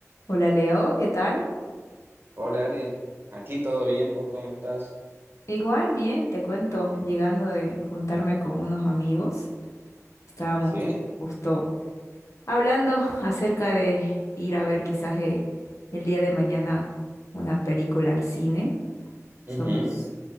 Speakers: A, on the left (about 65°); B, on the right (about 40°).
A: Hola Leo, ¿qué tal?
B: Hola Ale, aquí todo bien, ¿vos cómo estás?
A: Igual, bien, te cuento, llegando de juntarme con unos amigos, estábamos
B: Ah, sí.
A: justo hablando <laughs> acerca de ir a ver quizás eh, el día de mañana una película al cine. Somos,
B: Ujú.